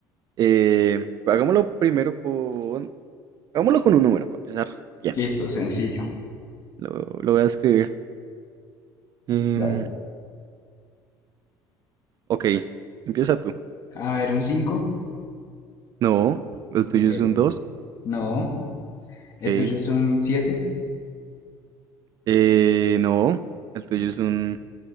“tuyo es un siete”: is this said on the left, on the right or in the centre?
Left